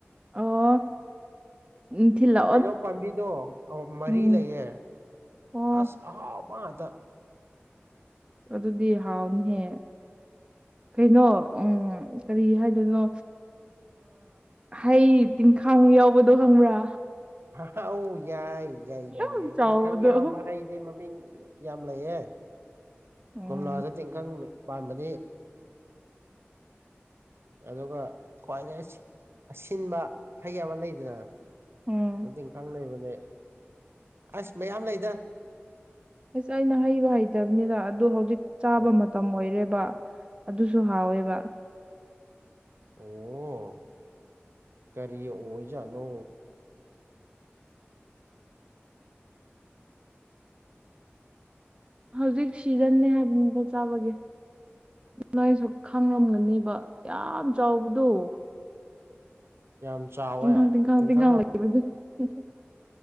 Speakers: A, on the right; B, on the right.
A: ꯑꯣ <unintelligible>
B: ꯍꯩꯅꯧ ꯄꯥꯝꯕꯤꯗꯣ ꯃꯔꯤ
A: ꯎꯝ
B: ꯂꯩꯌꯦꯦ
A: ꯑꯣ
B: ꯑꯁ ꯑꯍꯥꯎꯕ ꯑꯗ
A: ꯑꯗꯨꯗꯤ ꯍꯥꯎꯅꯤꯍꯦ ꯀꯩꯅꯣ ꯎꯝ ꯀꯔꯤ ꯍꯥꯏꯗꯣꯏꯅꯣ ꯍꯩ ꯇꯤꯡꯈꯥꯡ ꯌꯥꯎꯕꯗꯣ ꯈꯪꯕ꯭ꯔꯥ
B: ꯍꯧ ꯌꯥꯏ ꯌꯥꯏ ꯌꯥꯏ
A: ꯌꯥꯝ
B: ꯌꯥꯏ
A: ꯆꯥꯎꯕꯗꯣ
B: ꯇꯤꯡꯈꯪ ꯌꯥꯎꯕ꯭ꯔ ꯑꯩꯗꯤ ꯃꯃꯤꯡ ꯌꯥꯝ ꯂꯩꯌꯦ
A: ꯎꯝ
B: ꯀꯣꯝꯂꯁꯨꯗꯤ ꯏꯪꯈꯪ ꯄꯥꯟꯕꯅꯤ ꯑꯗꯨꯒ ꯈ꯭ꯋꯥꯏꯗꯩꯩ ꯑꯁꯤꯟꯕ ꯍꯩ ꯑꯃ ꯂꯩꯗꯅ
A: ꯎꯝ
B: ꯗꯤ ꯏꯈꯥꯡ ꯂꯩꯕꯅꯦ ꯑꯁ ꯃꯌꯥꯝ ꯂꯩꯗ
A: ꯑꯁ ꯑꯩꯅ ꯍꯩꯕ ꯍꯩꯇꯕꯅꯤꯅ ꯑꯗꯨꯣ ꯍꯧꯖꯤꯛ ꯆꯥꯕ
B: ꯑꯣ
A: ꯃꯇꯝ ꯑꯣꯏꯔꯦꯕ ꯑꯗꯨꯁꯨ ꯍꯥꯎꯋꯦꯕ
B: ꯑꯣ ꯀꯔꯤ ꯑꯣꯏꯖꯥꯠꯅꯣ
A: ꯍꯧꯖꯤꯛ ꯁꯤꯖꯟꯅꯦ ꯍꯥꯏꯕꯗ ꯆꯥꯕꯒꯤ ꯅꯣꯏꯁꯨ ꯈꯥꯡꯂꯝꯝꯒꯅꯦꯕ ꯌꯥꯝ ꯆꯥꯎꯕꯗꯣ
B: <unintelligible>
A: <unintelligible>
B: ꯇꯤꯡꯈꯪ ꯑꯞ-